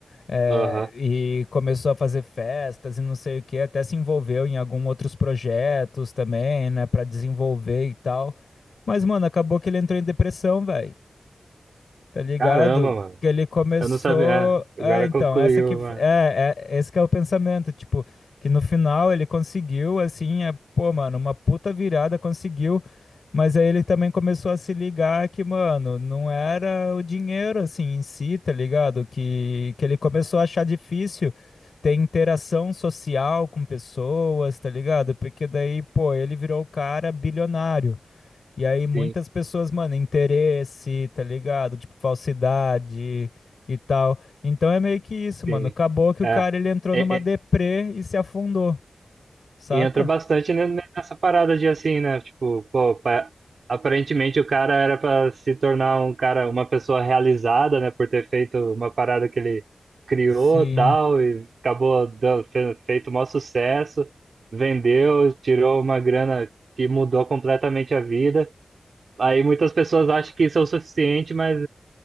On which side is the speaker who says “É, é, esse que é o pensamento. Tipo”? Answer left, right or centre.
Left